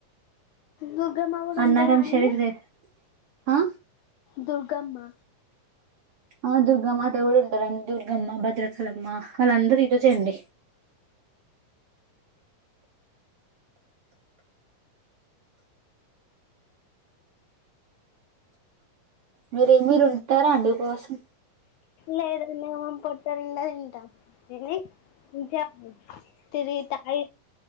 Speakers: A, on the left; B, on the right.
A: దుర్గమ్మ కూడా
B: అన్నారం
A: ఉంటందా అండి
B: షరీఫ్ దే ఆ
A: దుర్గమ్మ
B: ఆ దుర్గమ్మ మాతా కూడా ఉంటారండి దుర్గమ్మ భద్రచలమ్మ వాళ్ళందరరు ఈరోజే అండి మీరే మీర ఉంటారా అండి ఉపవాసం
A: లేదండి మేము పొట్టానిండా తింటాం ఎల్లి <unintelligible> తిరిగి తాగి